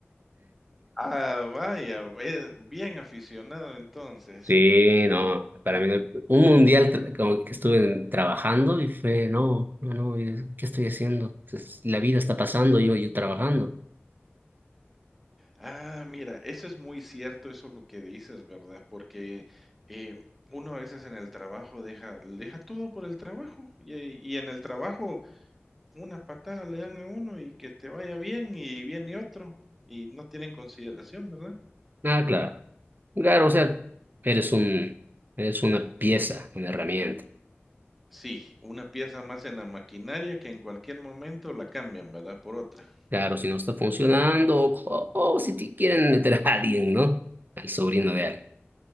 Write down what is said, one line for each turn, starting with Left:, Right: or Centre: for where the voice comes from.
Centre: Ah, vaya, eh, bien aficionado entonces.
Right: Sí, no, para mí no- un mundial tra- como que estuve trabajando y fue, no, no, no, es- ¿qué estoy haciendo? Es- La vida está pasando, yo, yo trabajando.
Centre: Ah, mira, eso es muy cierto, eso lo que dices, ¿verdad? Porque, eh, uno a veces en el trabajo deja deja todo por el trabajo, y y en el trabajo una patada le dan a uno y que te vaya bien, y viene otro, y no tienen consideración, ¿verdad?
Right: Ah, claro, claro, o sea, eres un, eres una pieza, una herramienta.
Centre: Sí, una pieza más en la maquinaria que en cualquier momento la cambian, ¿verdad? Por otra.
Right: Claro, si no está funcionando o, o si te quieren meter a alguien, ¿no? Al sobrino de alguien.